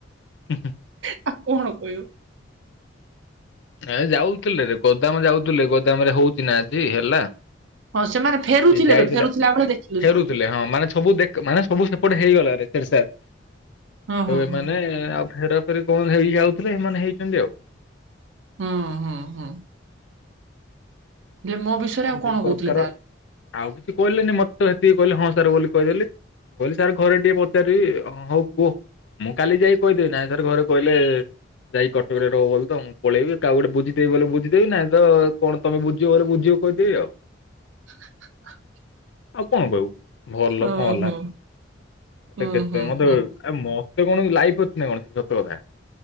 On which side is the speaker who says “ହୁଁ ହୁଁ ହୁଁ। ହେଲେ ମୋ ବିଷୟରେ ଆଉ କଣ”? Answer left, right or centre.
Right